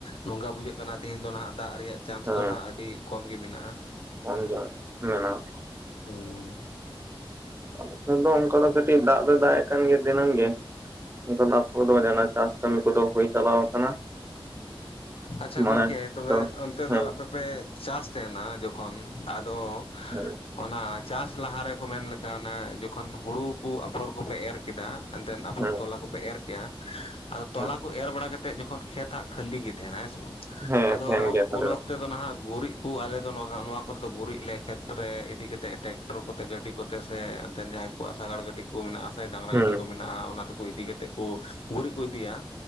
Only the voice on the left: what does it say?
ᱱᱚᱝᱠᱟ ᱵᱩᱡᱟᱹᱜ ᱠᱟᱱᱟ ᱛᱮᱦᱮᱧ ᱫᱚ ᱱᱟᱟᱜ ᱫᱟᱜ ᱨᱮᱭᱟᱜ ᱪᱟᱱᱥ
ᱫᱚ ᱜ ᱟᱹᱰᱤ ᱠᱚᱢ ᱜᱮ ᱢᱮᱱᱟᱜᱼᱟ
ᱦᱩᱸ
ᱟᱪᱪᱷᱟ
ᱜᱚᱢᱠᱮ ᱛᱚᱵᱮ
ᱚᱱᱛᱮ
ᱫᱚ ᱟᱯᱮ ᱯᱮ ᱪᱟᱥ ᱛᱟᱦᱮᱸᱱᱟ ᱡᱚᱠᱷᱚᱱ ᱟᱫᱚ
ᱚᱱᱟ ᱪᱟᱥ ᱞᱟᱦᱟ ᱨᱮᱠᱚ ᱢᱮᱱ ᱞᱮᱠᱷᱷᱟ ᱚᱱᱟ ᱡᱚᱠᱷᱚᱱ ᱦᱩᱲᱩ ᱠᱚ ᱟᱯᱷᱚᱨ ᱠᱚᱯᱮ ᱮᱨ ᱠᱮᱫᱟ ᱮᱱᱛᱮᱫ ᱟᱯᱷᱚᱨ
ᱛᱚᱞᱟ ᱠᱚᱯᱮ ᱮᱨ ᱠᱮᱜᱼᱟ ᱟᱫᱚ ᱛᱚᱞᱟ
ᱠᱚ ᱮᱨ ᱵᱟᱲᱟ ᱠᱟ ᱠᱟᱛᱮᱫ ᱡᱚᱠᱷᱚᱱ ᱠᱷᱮᱛ ᱦᱟᱜ ᱦᱟᱹᱞᱤ ᱜᱮ ᱛᱟᱦᱮᱱᱟ ᱦᱮᱸ ᱥᱮ ᱵᱟᱝ
ᱟᱫᱚ
ᱩᱱ ᱚᱠᱛ ᱫᱚ ᱱᱟᱦᱟᱜ ᱜᱩᱨᱤᱡ ᱠᱚ ᱟᱞᱮᱫᱚ ᱱᱚᱣᱟ ᱠᱚᱨᱮᱫ ᱫᱚ ᱜᱩᱨᱤᱡ ᱞᱮ ᱠᱷᱮᱛᱨᱮ ᱤᱫᱤ ᱠᱟᱛᱮᱫ ᱴᱨᱮᱠᱴᱚᱨ ᱠᱚᱛᱮ ᱜᱟᱹᱰᱤ ᱠᱚᱛᱮ ᱥᱮ ᱮᱱᱛᱮᱱ ᱡᱟᱦᱟᱸ ᱠᱩᱣᱟᱜ ᱥᱟᱜᱟᱲ ᱜᱟᱹᱰᱤ ᱠᱩ ᱢᱮᱱᱟᱜᱼᱟ ᱥᱮ ᱰᱟᱝᱨᱟ
ᱜᱟᱹᱰᱤ ᱠᱚ ᱢᱮᱱᱟᱜᱼᱟ ᱚᱱᱟ ᱛᱮᱠᱚ ᱤᱫᱤ ᱠᱟᱛᱮᱫ ᱠᱚ ᱜᱩᱨᱤᱡ ᱠᱚ ᱤᱫᱤᱭᱟ